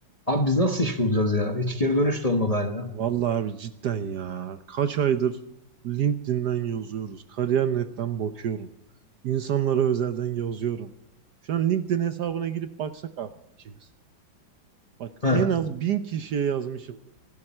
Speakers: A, on the left; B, on the right.
A: Abi biz nasıl iş bulacağız ya? Hiç geri dönüş de olmadı hala.
B: Vallahi abi cidden ya. Kaç aydır LinkedIn'den yazıyoruz. Kariyer.net'ten bakıyorum. İnsanlara özelden yazıyorum. Şu an LinkedIn hesabına girip baksak abi ikimiz. Bak
A: Ha.
B: en az bin kişiye yazmışımdır.